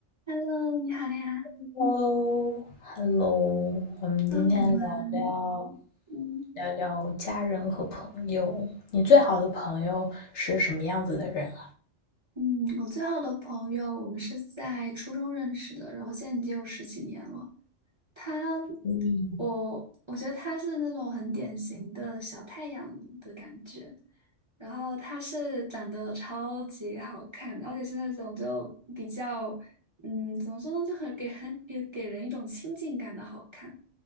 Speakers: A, on the right; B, on the left.
A: Hello，你好呀。
B: Hello，Hello，我们今天聊聊
A: 那我们，嗯
B: 聊聊家人和朋友。你最好的朋友是什么样子的人啊？
A: 嗯，我最好的朋友，我们是在初中认识的，然后现在已经有十几年了。他，
B: 嗯，
A: 我我觉得他是那种很典型的小太阳的感觉。然后他是长得超级好看，而且是那种就比较，嗯，怎么说呢，就很给很给给人一种亲近感的好看。